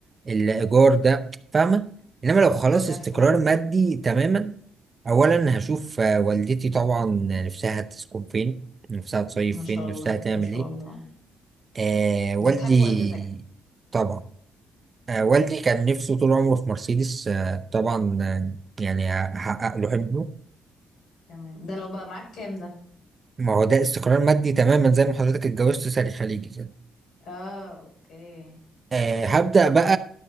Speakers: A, on the right; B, on the left.
A: الايجار ده فاهمه انما لو خلاص
B: مفهوم
A: استقرار مادي تماما اولا هشوف آه، والدتي طبعا نفسها تسكن فين نفسها تصيف
B: ما شاء
A: فين نفسها
B: الله
A: تعمل
B: ما شاء
A: ايه
B: الله
A: آه والدي
B: ده بتحب والدتك
A: طبعا آه
B: امم
A: والدي كان نفسه طول عمره في مرسيدس آه طبعا آه يعني هحقق له حلمه
B: تمام ده لو بقى معاك كام ده
A: ما هو ده استقرار مادي تماما زي ما حضرتك اتجوزت ساري خليجي كده
B: اه اوكي
A: آه هبدأ بقى